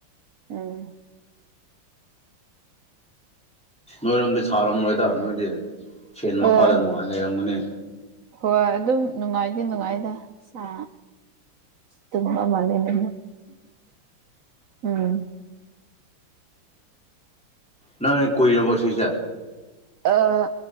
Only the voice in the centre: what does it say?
ꯅꯣꯏꯔꯣꯝꯗꯤ ꯁꯥꯔꯝꯔꯣꯏꯗ ꯅꯣꯏꯗꯤ ꯐꯦꯟ ꯃꯈꯥꯗ
ꯅꯨꯡꯉꯥꯏꯅ ꯂꯩꯔꯝꯒꯅꯤ
ꯅꯪ ꯀꯨꯏꯔꯕꯣ ꯁꯤꯁꯦ